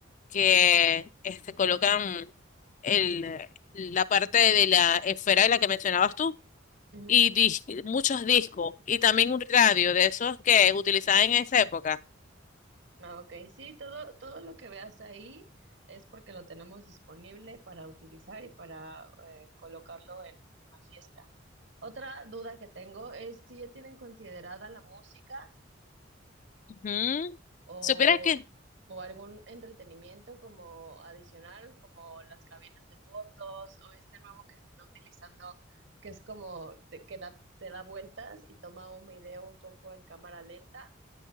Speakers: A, on the left; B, on the right.
A: que este, colocan el, la parte de la esfera de la que mencionabas tú
B: Ujú.
A: y dis- muchos discos y también un radio de esos que utilizaban en esa época.
B: Ah, ok, sí, todo, todo lo que veas ahí es porque lo tenemos disponible para utilizar y para eh, colocarlo en, en la fiesta. Otra duda que tengo es si ya tienen considerada la música
A: Ujú.
B: o,
A: Supieras que,
B: o algún entretenimiento como adicional, como las cabinas de fotos o este nuevo que se está utilizando, que es como de- que da- te da vueltas y toma un video un poco en cámara lenta.